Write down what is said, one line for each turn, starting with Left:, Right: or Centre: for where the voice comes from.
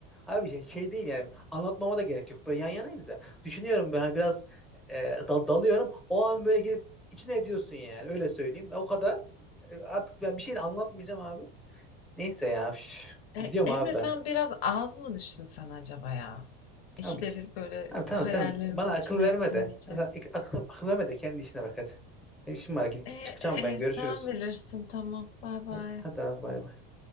Centre: abi şey, şey değil yani anlatmama da gerek yok böyle yan yanayız ya düşünüyorum ben hani biraz e, dal- dalıyorum o an böyle gidip içine ediyorsun yani öyle söyleyeyim o kadar E, artık ben bir şey de anlatmayacağım abi neyse ya üf.
Left: E,
Centre: gidiyorum
Left: Emre
Centre: abi ben
Left: sen biraz az mı düşünsen acaba ya? İkide
Centre: abi, gi-
Left: bir böyle
Centre: abi tamam
Left: hayallerimin
Centre: sen bana
Left: içine
Centre: akıl verme
Left: ettin
Centre: de
Left: diyeceğim.
Centre: Ya sen, ak- akıl, akıl verme de kendi işine bak hadi ben işim var gidip
Left: E,
Centre: çıkacağım
Left: e,
Centre: ben görüşürüz
Left: sen bilirsin tamam. Bay bay.
Centre: hadi, hadi abi bay bay